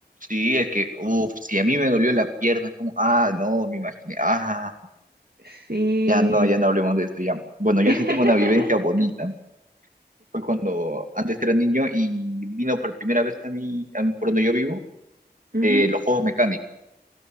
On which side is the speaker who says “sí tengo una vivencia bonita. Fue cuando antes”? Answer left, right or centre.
Right